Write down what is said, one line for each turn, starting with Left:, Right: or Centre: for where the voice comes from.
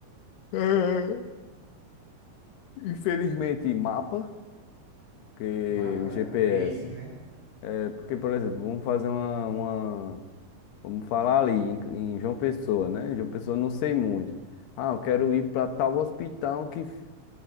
Left: É, Infelizmente, mapa. que
Right: Mapa,
Left: o GPS.
Right: Waze, né?
Left: É, porque, por exemplo, vamos fazer uma, uma- vamos falar ali em, em João Pessoa, né? Em João Pessoa eu não sei muito. Ah, eu quero ir para tal hospital que f-